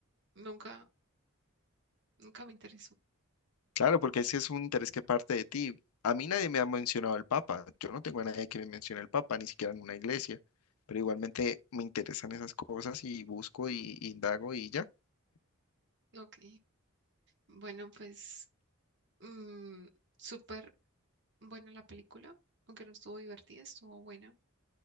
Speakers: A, on the right; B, on the left.
A: nunca, nunca me interesó.
B: Claro, porque ese es un interés que parte de ti. A mí nadie me ha mencionado el Papa. Yo no tengo a nadie que me mencione el Papa, ni siquiera en una iglesia. Pero igualmente me interesan esas cosas y busco y, y indago y ya.
A: Ok, bueno, pues mm, súper Bueno, la película, aunque no estuvo divertida, estuvo buena.